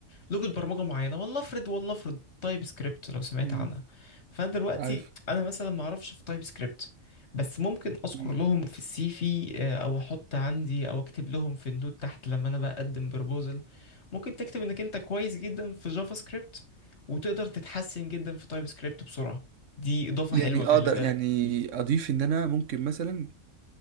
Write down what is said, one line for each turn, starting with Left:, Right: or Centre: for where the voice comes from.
Left: لغه برمجه معينه والله افرض والله افرض تايب سكريبت لو سمعت
Right: امم
Left: عنها فانا دلوقتي
Right: عارف
Left: انا مثلا ما اعرفش في تايب سكريبت بس ممكن اذكر
Right: مم.
Left: لهم في السي في آه، او احط عندي او اكتب لهم في النوت تحت لما انا بقدم بروبوزل ممكن تكتب انك انت كويس جدا في جافا سكريبت وتقدر تتحسن جدا في تايب سكريبت بسرعه دي اضافه
Right: يعني
Left: حلوه خلي
Right: اقدر
Left: بالك
Right: يعني اضيف ان انا ممكن مثلا